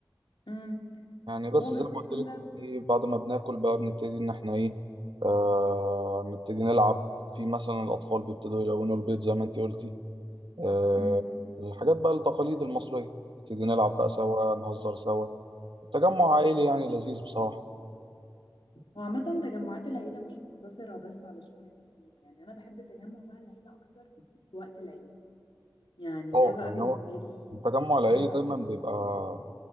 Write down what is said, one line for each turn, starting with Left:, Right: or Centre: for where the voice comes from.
Left: مم.
Right: يعني بس
Left: هو بس
Right: زي ما
Left: اليوم
Right: قلت لك
Left: ده
Right: ايه بعد ما بناكل بقى بنبتدي إن احنا ايه آه نبتدي نلعب في مثلا الأطفال بيبتدوا يلونوا البيت زي ما انت قلتي آه،
Left: مم.
Right: الحاجات بقى التقاليد المصرية نبتدي نلعب بقى سوا نهزر سوا التجمع عائلي يعني لذيذ بصراحة
Left: وعامة تجمعات العيلة مش مقتصرة بس على شم النسيم يعني أنا بحب تجمع بقى العيلة أكتر في وقت العيد يعني
Right: اه
Left: ده بقى
Right: يعني
Left: بالنسبة
Right: هو
Left: لي
Right: التجمع العائلي
Left: حاجة تانية
Right: دايما بيبقى آه،